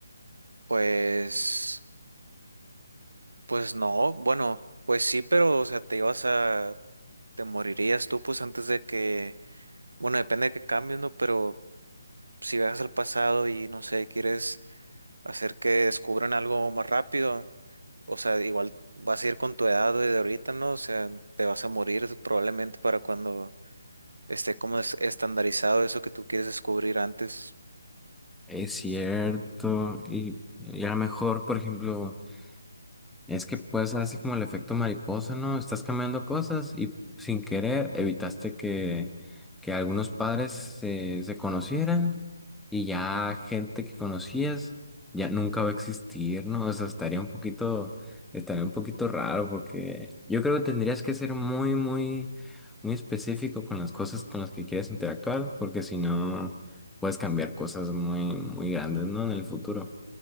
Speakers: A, on the right; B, in the centre.
A: Pues, pues no, bueno, pues sí, pero, o sea, te ibas a, te morirías tú, pues antes de que, bueno, depende de que cambies, ¿no? Pero si viajas al pasado y, no sé, quieres hacer que descubran algo más rápido, o sea, igual vas a ir con tu edad de ahorita, ¿no? O sea, te vas a morir probablemente para cuando esté como es- estandarizado eso que tú quieres descubrir antes.
B: Es cierto, y, y a lo mejor, por ejemplo... Es que puede ser así como el efecto mariposa, ¿no? Estás cambiando cosas y sin querer evitaste que, que algunos padres se, se conocieran y ya gente que conocías ya nunca va a existir, ¿no? O sea, estaría un poquito, estaría un poquito raro porque yo creo que tendrías que ser muy, muy, muy específico con las cosas con las que quieres interactuar porque si no puedes cambiar cosas muy, muy grandes, ¿no? En el futuro.